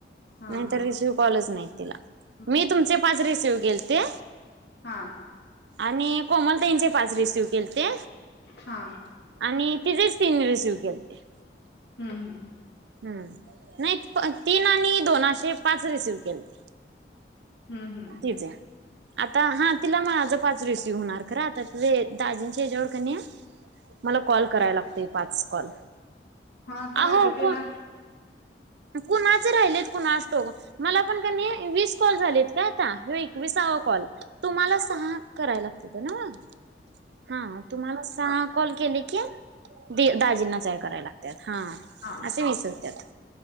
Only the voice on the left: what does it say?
हा
हा
नाहीत
हा
हा
हम्म हम्म
हम्म हम्म
हा करा
कि ते
ना हम्म
हा